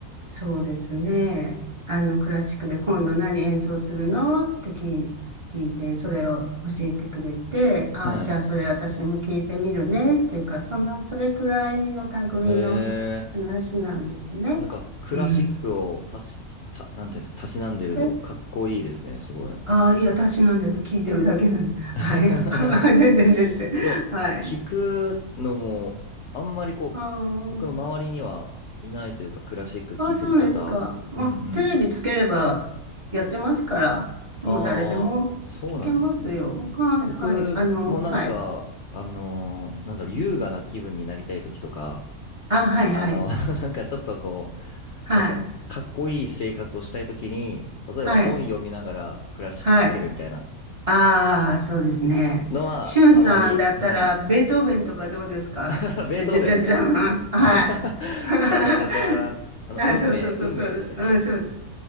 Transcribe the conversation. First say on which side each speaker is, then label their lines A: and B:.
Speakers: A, on the right; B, on the left.
A: そうですね、あの、クラシックで今度何演奏するのって聞い、聞いて、それを教えてくれて、あ、
B: はい。
A: じゃあそれ私も聞いてみるね、っていうか、そんな、それくらいの類の話なんですね。
B: へえ、なんかクラシックを足し、
A: うん。
B: た、なんていうんですか、たしなんでるのかっこいいですね、
A: で、
B: すごい。
A: ああ、いや、私なんだよって聞いてるだけなんで。
B: <laughs>
A: はい。<laughs> 全然、全然。
B: でも、
A: はい。
B: 聞くのも、あんまりこう、
A: あー
B: 僕の周りにはいないというか、クラシック聞いてる方、
A: あ、そうですか。まあ、
B: うんうん。
A: テレビつければやってますから、もう誰でも聞けますよ。
B: ああ、そうなんですね。
A: はい、
B: 僕もなんか、
A: はい。あの、はい。
B: あのーなんだろう、優雅な気分になりたい時とか、
A: あ、はい、
B: あの、
A: はい。
B: <laughs> なんかちょっとこう、
A: はい、
B: なんかかっこいい生活をしたいときに、例えば本読みながらクラシックかけるみたいな
A: はい、はい。ああ、そうですね。
B: のはたまに、
A: しゅんさんだったら、
B: はい。
A: ベートーベンとかどうですかじゃじゃじゃじゃん。
B: <laughs> ベートーベン。
A: はい。
B: <laughs>
A: <laughs>
B: じゃたたたーンあの、
A: あ、
B: 運命、
A: そうそうそうそう。
B: 運命でしたっけ
A: うん、そうです。